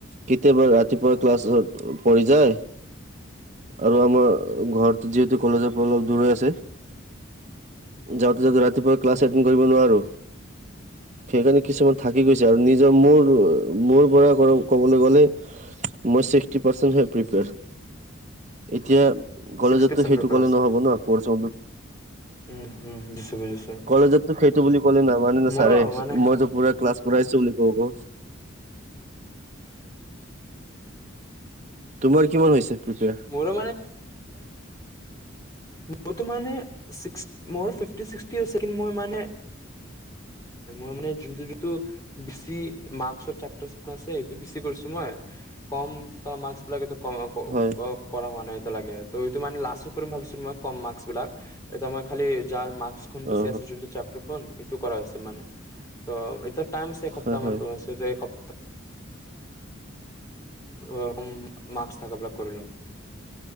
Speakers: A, on the right (about 35°); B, on the left (about 15°).
A: কেতিয়াবা ৰাতিপুৱা ক্লাছত পঢ়ি যায় আৰু আমাৰ ঘৰত যিহেতু কলেজৰ পৰা অলপ দূৰ আছে যাওঁতে যাওঁতে ৰাতি, ৰাতিপুৱা ক্লাছ
B: উম
A: এটড কৰিব নোৱাৰো। সেইকাৰণে কিছুমান থাকি গৈছে আৰু নিজৰ মোৰ মোৰ পৰা কো। ব গলে মই্স প প্ৰপ এতিয়া কলেজততো
B: ছিক্সটি পাৰ্চেণ্ট
A: সেইটো
B: পেপাৰ
A: কলে
B: আছে
A: নহব না কৰ্ছে
B: উম উম বুজছো বুজিছো।
A: কলেজত সেইটো বুলি ক'লে নামানে না
B: মোৰো
A: ছাৰে
B: মানে
A: মইতো পুৰা ক্লাচ, পৰাই চো বুলি কক তোমাৰ কিমান হৈছে প্ৰিপেয়াৰ
B: মোৰো মইতো মানে ঢিকস মোৰ ফিফটি চিকুটি হৈছে কিন্তু মই মানে মই যোনতো বেছি মাক্স আছে এইটো ক্ষেত্ৰত বেছি কৰিছো কম মাক্স। ক্ষেত্ৰত ক
A: হয়
B: অ কৰা মান। লাগে ত' এইটো মানে লাষ্টত কৰিম ভাবিছো মই কম মাৰ্কচ বিলাক এতিয়া মই খালী যাৰ মাৰ্কখন বেছি
A: অ অ
B: আছে যোনটোত চাপ'ৰ্ট <unintelligible> ইটো কৰা হৈছে মানে ত এতা- পাম চে এসপ্তাহমান
A: হয় হয়
B: ত <unintelligible> অ' অম মাস্ক থকাাবিলাক কৰি ল'ম।